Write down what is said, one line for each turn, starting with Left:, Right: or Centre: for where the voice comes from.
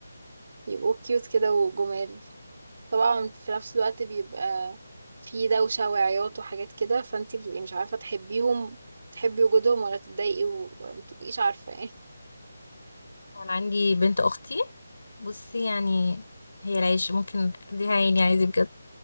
Right: يبقوا كيوت كده وجمال طبعا في نفس الوقت بيبقى في دوشه وعياط وحاجات كده فانتي بتبقي مش عارفه تحبيهم تحبي وجودهم ولا تتضايقي ومتبقيش عارفه ايه
Left: انا عندي بنت اختي بصي يعني هي العيش ممكن اديها عيني عادي بجد